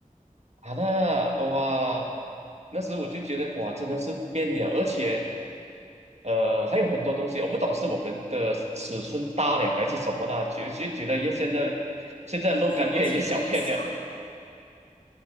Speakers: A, on the right; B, on the left.
A: 好的哇，那时候我就觉得哇，真的是变了，而且呃，还有很多东西，我不懂是我们的尺寸大了还是什么的，觉觉觉得越现在现在肉干越越小片了。
B: 东西越来越小，